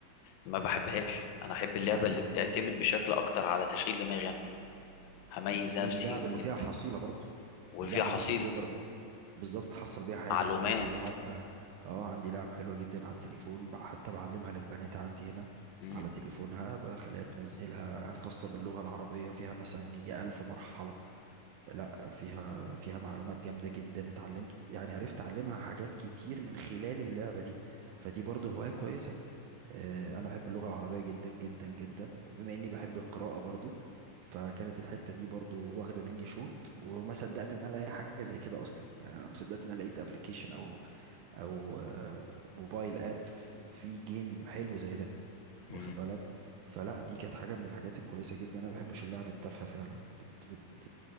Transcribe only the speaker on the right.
وبحب
مم.
واللعب
اللي فيها حصيلة برضو
اللعب
اللي انت بتقدر بالظبط تحصل بيها حاجة
انا عندي لعب اه عندي لعب حلوة جدا على التليفون بع- حتى بعلمها للبنات عندي هنا
على تليفونها بخليها تنزلها خاصة باللغة العربية فيها مثلا يجي ألف مرحلة لا فيها فيها معلومات جامدة جدا اتعلمت يعني عرفت أعلمها حاجات كتير من خلال اللعبة دي فدي برضو هواية كويسة آه، انا بحب اللغه العربيه جدا جدا جدا وبما اني بحب القراءه برضو فكانت الحته دي برضو واخده مني شوط وما صدقت ان انا الاقي حاجه زي كده اصلا يعني انا ما صدقت ان انا لقيت ابلكيشن او او آه، موبايل اب فيه جيم حلو زي ده
واخد بالك فلا دي كانت حاجه من الحاجات الكويسه جدا انا ما بحبش اللعب التافهه فعلا بت بت